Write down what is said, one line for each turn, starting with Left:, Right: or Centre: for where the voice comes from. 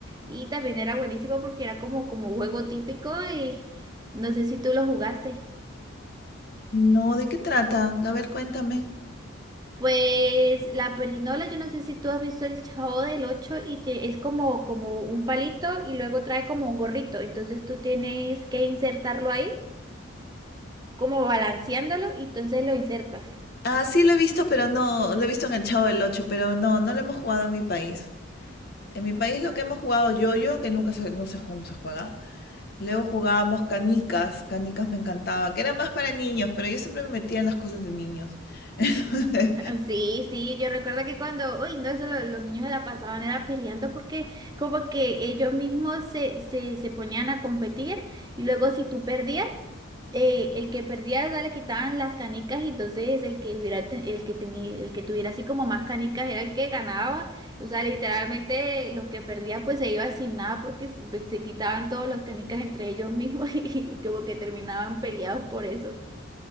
Right: Y también era buenísimo porque era como, como juego típico y no sé si tú lo jugaste.
Left: No, ¿de qué trata? A ver, cuéntame.
Right: Pues la perinola, yo no sé si tú has visto el Chavo del ocho y te- es como, como un palito y luego trae como un gorrito. Entonces tú tienes que insertarlo ahí, como balanceándolo, y entonces lo insertas.
Left: Ah, sí lo he visto, pero no, lo he visto en el Chavo del ocho pero no, no lo hemos jugado en mi país. En mi país lo que hemos jugado yo-yo, que nunca se, no sé cómo se juega. Luego jugábamos canicas, canicas me encantaba, que era más para niños, pero yo siempre me metía en las cosas de niños. <laughs> Entonces,
Right: Ah, Sí, sí, yo recuerdo que cuando, uy, no, eso lo- los niños se la pasaban era peleando porque como que ellos mismos se, se, se ponían a competir y luego si tú perdías, eh, el que perdía o sea, le quitaban las canicas y entonces el que hubiera, te- el que tenía, el que tuviera así como más canicas era el que ganaba, o sea, literalmente los que perdían pues se iban sin nada porque se, se quitaban todas las canicas entre ellos mismos <laughs> y, como que terminaban peleados por eso.